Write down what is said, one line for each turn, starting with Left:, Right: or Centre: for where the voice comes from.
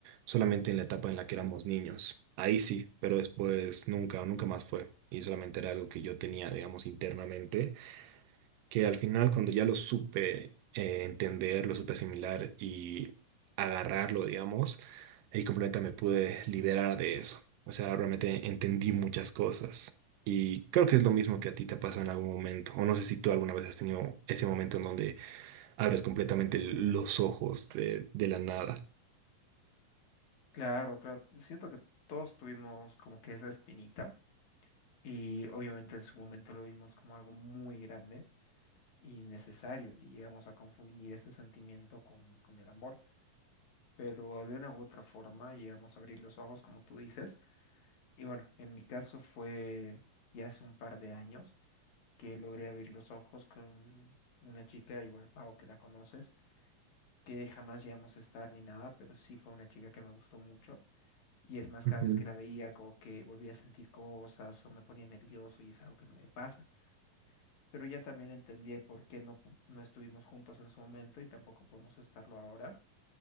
Right: solamente en la etapa en la que éramos niños. Ahí sí, pero después nunca, nunca más fue. Y solamente era algo que yo tenía, digamos, internamente que al final cuando ya lo supe eh, entender, lo supe asimilar y agarrarlo, digamos, ahí completamente me pude liberar de eso. O sea, realmente entendí muchas cosas y creo que es lo mismo que a ti te pasó en algún momento. O no sé si tú alguna vez has tenido ese momento en donde abres completamente los ojos de, de la nada.
Left: Claro, claro, siento que todos tuvimos como que esa espinita y obviamente en su momento lo vimos como algo muy grande y necesario y llegamos a confundir ese sentimiento con, con el amor, pero de una u otra forma llegamos a abrir los ojos como tú dices y bueno, en mi caso fue ya hace un par de años que logré abrir los ojos con una chica igual Pau que la conoces que jamás llegamos a estar ni nada, pero sí fue una chica que me gustó mucho. Y es más,
Right: Ujú.
Left: cada vez que la veía, como que volvía a sentir cosas o me ponía nervioso y es algo que no me pasa. Pero ya también entendí el por qué no, pu- no estuvimos juntos en su momento y tampoco podemos estarlo ahora.